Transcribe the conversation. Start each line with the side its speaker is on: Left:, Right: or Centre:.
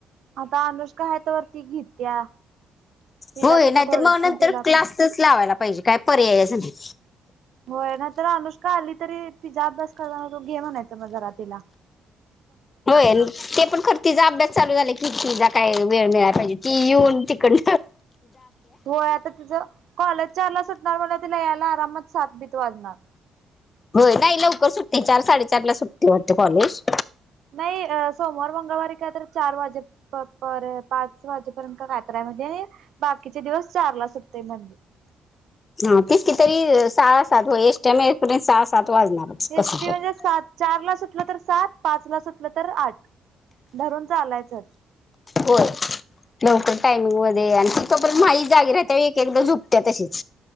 Right: आता अनुष का ह तर वरती घेत्या. तिलाच
Left: होय
Right: आता
Left: नाहीतर
Right: थोड्या
Left: मग
Right: दिवसांनी
Left: नंतर
Right: तिला
Left: क्लासच
Right: पण
Left: लावायला पाहिजे काय पर्यायचं नाही.
Right: होय ना तर अनुष्का आली तरी तिचा अभ्यास करताना तो घे म्हणायच माझा रातिला.
Left: हो ते पण खर तचा अभ्यास चालू झालं कितीि जा काय वेळ मिळा पाहिजे ती येऊन तिकड.
Right: होय आता तिचं कॉलेज चारला सुटणार मग तिला यायला आरामात सातबीत वाजणार.
Left: होय नाही लवकर सुटते चार साडेचार ला सुटते वाते कॉलेज
Right: नाही सोमवार मंगळवारी कायत चार वाजे पाच वाजेपर्यंत कायत. बाकीचे दिवस चारला सुटतय मंदी
Left: ह तेच कि तरी सहा सात हो एसटी टाईम पर्यंत साहा सात वाजणारच कसं
Right: एसटी म्हणजे
Left: पण
Right: सात चार ला सुटलं तर सात पाच ला सुटलं लं तर आठ धरून चा आलायचच
Left: होर लवकर टायमिंग मध्ये आणि तिथब माई जागी राहते एक एकदा झोपत्या तशीच